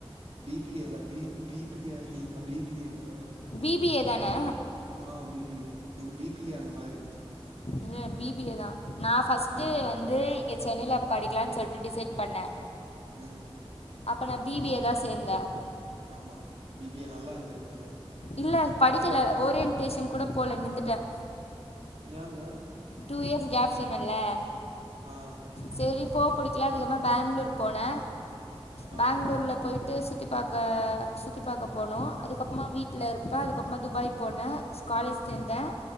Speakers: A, on the right; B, on the left.
A: பி பி ஏ இல்ல B B B A love அப்டி பி பி ஏங்க
B: பி பி ஏ தானே
A: ஆ பி பி ஏ நீங்க பி பி அந்த மாரி இருந்துச்சு
B: இல்ல பி பி ஏ தான் நான் ஃபஸ்ட்
A: பிபிஏ
B: வந்து இங்க சென்னைலப் படிக்கலாம்னு சொல்லிட்டு டிசைட் பண்ணேன்
A: ம்
B: அப்ப நான் பி பி ஏ தான் சேந்தேன்
A: ஆமா பி பி ஏ நல்லா இருந்திருக்குமே
B: இல்ல படிக்கல ஓரியன்டேஷன் கூட போல நிந்துட்டேன்
A: ஏங்க
B: டூ இயர்ஸ் கேப் சொன்னல்ல
A: ஆஹ்
B: சரி போ புடிக்கல அதிகப்பறம் பேங்களூர் போனே
A: ஆ
B: பேங்களூர்ல போயிட்டு சுத்தி ப் பாக்க சுத்தி பாக்க போனோம் அதுக்கப்புறமா வீட்டில இருப்பேன் அதுக்கப்புறமா துபாய் போனேன் ஸ்காலேஜ் சேந்தேன்
A: ம்